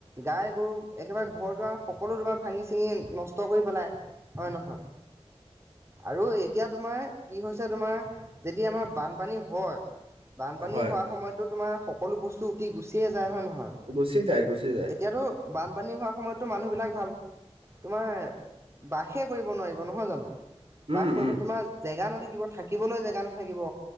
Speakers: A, on the right; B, on the right.
A: গাই গৰু একেবাৰে ঘৰ-দুৱাৰ সকলো দুবাৰ ভাঙি চিঙি নষ্ট কৰি পেলাই। হয় নহয়? আৰু এতিয়া তোমাৰ কি হৈছে তোমাৰ যেতিয়া আমাৰ বানপানী হয় বানপানী
B: হয়
A: হোৱাৰ সময়তো তোমাৰ সকলো বস্তু উটি গুচিয়ে যায় হয় নহয়?
B: গুচি যায়, গুচি যায়।
A: এতিয়াতো বানপানী হোৱাৰ সময়তো মানুহবিলাক ভাল তোমাৰ বাসে কৰিব নোৱাৰিব নহয় জানো? বাস
B: উম
A: কৰিব
B: উম
A: তোমাৰ জেগা নাথাকিব থাকিবলৈ জেগা নাথাকিব।